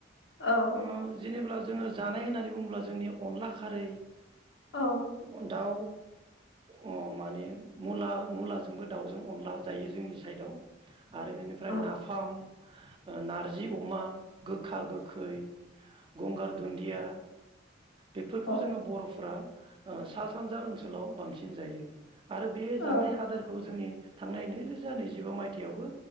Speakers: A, on the left (about 65°); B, on the right (about 25°).
A: औ।
B: ओ जेनेब्ला जोङो जानाय होननानै बुङोब्ला जोंनि अनला खारै।
A: औ
B: ओ दाउ। अ माने मुला मुलाजोंबो दाउजों अनला जायो जोंनि साइदआव। आरो बेनिफ्राय
A: औ
B: नाफाम। नारजि अमा। गोखा गोखै गंगार दुन्दिया। बेफोरखौ
A: औ
B: जोङो बरफोरा ओ सा सानजा ओनसोलाव बांसिन जायो । आरो बे
A: औ
B: जानाय आदारखौ जोंनि थांनाय नैरोजा नैजिबा मायथाइयावबो